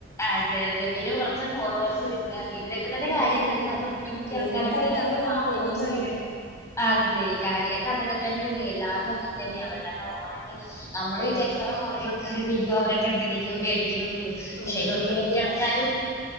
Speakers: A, on the left (about 15°); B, on the left (about 85°).
A: അതെ അതെ പിന്നെ കുറച്ച് ഫോട്ടോസ് ഇതിനലൊക്കെ തന്നെ
B: ഫോട്ടോസ്
A: കാര്യമായിട്ട്
B: എടുക്കുക
A: എല്ലാരും ഒട്ടുമിക്കി
B: മെയിനായിട്ട്
A: ആൾക്കാരൊക്കെ
B: അതിനാണല്ലോ
A: മാള
B: പോകുന്നത്
A: യൂസ് ചെയ്ത്
B: തന്നെ
A: അതെ കാര്യമായിട്ട് അതൊക്കെ തന്നെയ ഉണ്ട് എല്ലാരും അങ്ങനെ തന്നെയ
B: ഉം
A: അവല്ലാ ഓ നമ്മള് വിചാരിക്കാ അവടെ കൊറെേ ആൾക്കാരുണ്ട്യോ അവരൊക്കെ എന്തൊക്കെയൊക്കെയോ മേടിക്കോടിക്കോ പക്ഷെ
B: അതെ
A: അ ഒട്ടുമിക്കിയ
B: വെറുതെ
A: ആൾക്കാരും